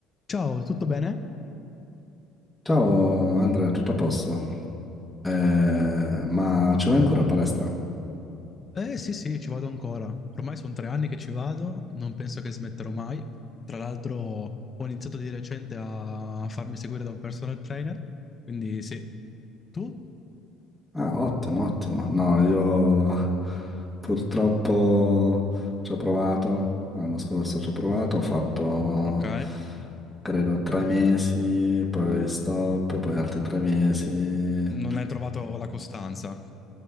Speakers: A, on the left; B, in the centre.
A: Ciao, tutto bene?
B: Ciao Andrea, tutto a posto? Eh, ma ci vai ancora in palestra?
A: Eh sì, sì, ci vado ancora. Ormai sono tre anni che ci vado, non penso che smetterò mai. Tra l'altro ho iniziato di recente a farmi seguire da un personal trainer, quindi sì. Tu?
B: Ah, ottimo, ottimo. No, io purtroppo ci ho provato, l'anno scorso ci ho provato, ho fatto
A: Ok.
B: credo tre mesi, poi stop, poi altri tre mesi. Eh,
A: Non hai trovato la costanza.